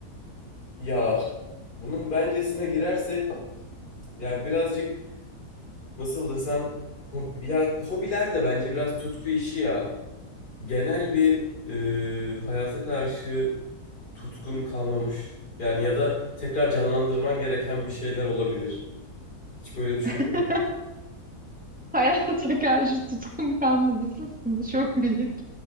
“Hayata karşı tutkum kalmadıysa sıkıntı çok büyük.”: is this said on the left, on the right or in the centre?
Centre